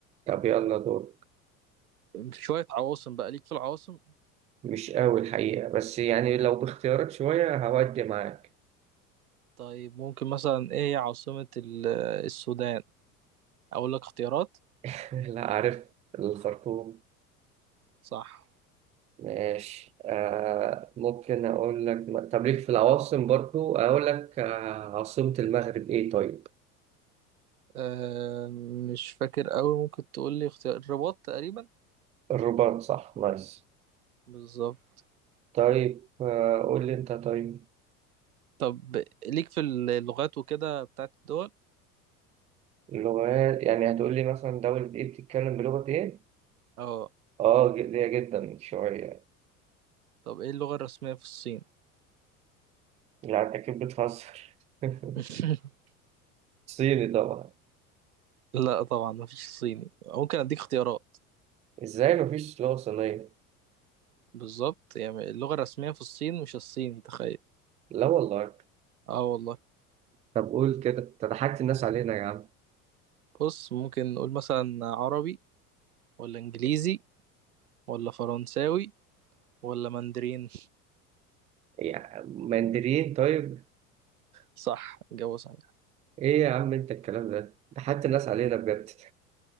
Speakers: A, on the right (about 15°); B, on the right (about 75°).
A: طب يلا دور
B: شوية عواصم بقى ليك في العواصم
A: مش قوي الحقيقة بس يعني لو باختيارات شوية هودي معاك
B: طيب ممكن مثلا ايه هي عاصمة ال- آه، السودان اقول لك اختيارات
A: <laughs> لا عارف الخرطوم
B: صح
A: ماشي آه ممكن أقول لك طب ليك في العواصم برضو أقول لك آه عاصمة المغرب إيه طيب
B: أه مش فاكر قوي ممكن تقول لي اختيار الرباط تقريبا
A: الرباط صح نايس
B: بالظبط
A: طيب آه قول لي أنت طيب
B: طب ليك في اللغات وكده بتاعت الدول
A: لغات يعني هتقول لي مثلا دولة إيه بتتكلم بلغة إيه؟
B: اه
A: آه ج- ليا جدا شوية
B: طب ايه اللغة الرسمية في الصين
A: لا أنت أكيد بتهزر <laughs>
B: <laughs>
A: صيني طبعا
B: لا طبعا مفيش الصيني ممكن اديك اختيارات
A: إزاي مفيش لغة صينية؟
B: بالظبط يعني اللغة الرسمية في الصين مش الصيني تخيل
A: لا والله
B: اه والله
A: طب قول كده انت ضحكت الناس علينا يا عم
B: بص ممكن نقول مثلا عربي ولا انجليزي ولا فرنساوي ولا ماندرين
A: يا مندرين طيب
B: صح جوه صحيح
A: ايه يا عم انت الكلام ده ضحكت الناس علينا بجد